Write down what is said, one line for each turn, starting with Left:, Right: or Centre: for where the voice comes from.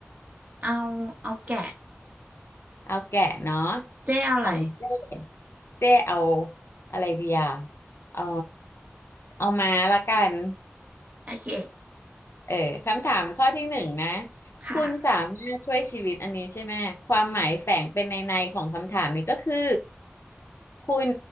Right: เอาเอาแกะ
Left: เอาแกะเนาะ
Right: เจ๊เอาอะไร
Left: ของเจ้เจ้เอาอะไรดีอ่ะเออเอาม้าละกัน
Right: โอเค
Left: เออคำถามข้อที่หนึ่งนะ
Right: ค่ะ
Left: คุณสามารถช่วยชีวิตอันนี้ใช่ไหมความหมายแฝงเป็นในในของคำถามนี้ก็คือคุณ